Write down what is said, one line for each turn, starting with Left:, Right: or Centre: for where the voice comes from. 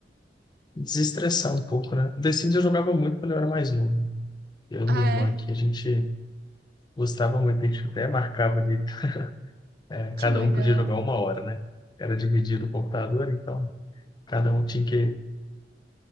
Left: desestressar um pouco, né? The Sims eu jogava muito quando eu era mais novo. Eu e
Right: Ah,
Left: minha irmã
Right: é?
Left: aqui, a gente gostava muito, a gente até marcava ali, eh,
Right: Que
Left: cada
Right: legal.
Left: um podia jogar uma hora, né? Era dividido o computador, então cada um tinha que